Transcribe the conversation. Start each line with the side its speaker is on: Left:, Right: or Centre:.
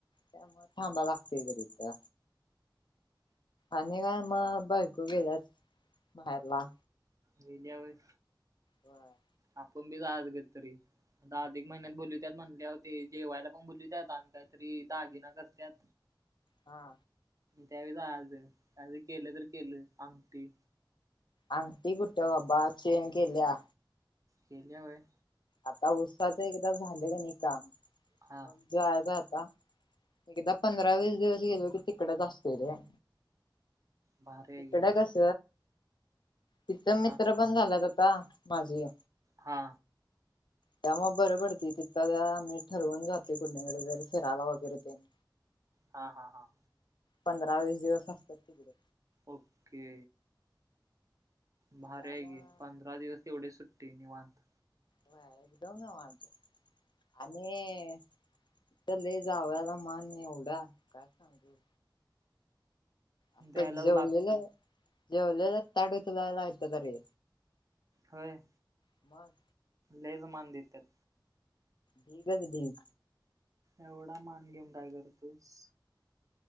Left: काय मग थांबा लागते र तीथ आणि काय मग बाय को गीलीया माहेरला.
Right: गेलीया होय?
Left: व्हय.
Right: आपुण बी जायाच कधी तरी. आता अधिक महिन्यात बोलीवत्यात म्हणल्याव ते जेवायला पण बोलीवत्यात आणि कायतरी दागिना करत्यात.
Left: हा.
Right: त्यावेळे जायाचं काय त केलं तर केलं अंगठी.
Left: अंगटी कुठ बाबा चेन केलिया.
Right: केलीया होय?
Left: आता ऊसाच एकदा झाले का नाई काम
Right: हा
Left: मग जायचं आता. एकदा पंधरा वीस दिवस गेलो की तिकडच असतोय रे.
Right: भारी आहे
Left: तिकडे
Right: की मग
Left: कस तिथं
Right: हा
Left: मित्र पण झाल्यात आता माझी.
Right: हा.
Left: त्यामुळ बर पडतय तिथं आम्ही ठरवून जातोय कुणीकड तर फिरायला वगैरे ते. <inaudible>
Right: हा हा हा.
Left: पंधरा वीस दिवस असत्यात तिकड.
Right: ओके. भार
Left: त्यामुळं
Right: हाय की पंधरा दिवस तेवढीच सुट्टी निवांत.
Left: व्हय एकदम निवांत. आणि तिथ जावायाला मान एवढा काय सांगू. आता
Right: द्यायलाच
Left: जेवलेलं
Right: लागते
Left: जेवलेलं ताट उचलायला येत्यात रे.
Right: होय.
Left: म.
Right: लयच मान देत्यात.
Left: ढीगच ढीग.
Right: एवढा मान घीऊन काय करतोस?